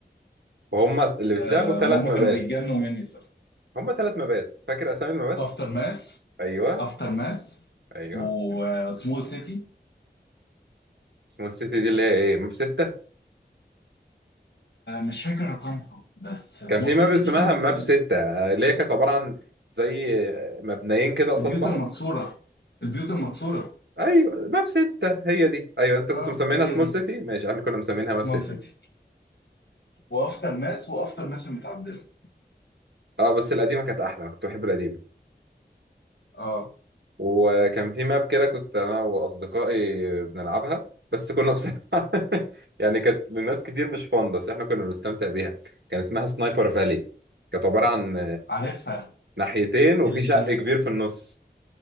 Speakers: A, on the right; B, on the left.
A: وهم اللي بيتلعبوا
B: آه،
A: ثلاث
B: ما هم
A: مبات
B: كانوا بيتجنوا مني صراحه
A: هم ثلاث مبات فاكر اسامي المبات
B: افتر ماس
A: ايوه
B: افتر ماس
A: ايوه
B: وسمول سيتي
A: سمول سيتي دي اللي هي ايه ماب ستة
B: مش فاكر رقمها بس سمول
A: كان في ماب
B: سيتي
A: اسمها
B: دي كانت
A: ماب
B: ال-
A: ستة آه، اللي هي كانت عبارة عن زي آه، مبنيين كده قصاد
B: البيوت
A: بعض
B: المكسوره البيوت المكسوره
A: ايوه ماب ستة هي دي ايوه انت كنت
B: اه
A: مسمينها
B: هي
A: سمول
B: دي
A: سيتي ماشي احنا كنا مسمينها ماب
B: سمول
A: ستة
B: سيتي وافتر ماس وافتر ماس المتعدله
A: اه بس القديمة كانت احلى انا كنت بحب القديمة
B: اه
A: وكان في ماب كده كنت انا واصدقائي بنلعبها بس كنا بصراحة <laughs> يعني كانت للناس كتير مش فان بس احنا كنا بنستمتع بيها كان اسمها سنايبر فالي كانت عبارة عن
B: عارفها
A: ناحيتين وفي
B: اللي
A: شق كبير في النص